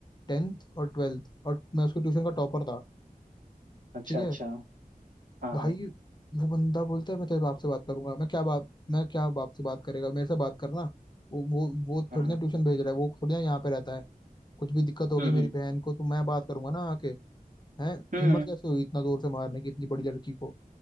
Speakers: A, on the left; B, on the right.
A: टेंथ और ट्वेल्थ और मैं उसके ट्यूशन का टॉपर था
B: अच्छा
A: ठीक है
B: अच्छा हाँ
A: भाई
B: हाँ
A: वो बंदा बोलता है मैं तेरे बाप से बात करूंगा मैं क्या बाप मैं क्या बाप से बात करेगा मेरे से बात करना वो वो वो
B: हाँ
A: थोड़ी ना ट्यूशन भेज रहा है वो थोड़ी ना यहाँ पे रहता है कुछ भी दिक्कत होगी
B: हम्म
A: मेरी
B: हम्म
A: बहन को तो मैं बात करूंगा ना आके हैं
B: हम्म,
A: हिम्मत कैसे हुई इतना जोर से मारने की इतनी बड़ी लड़की को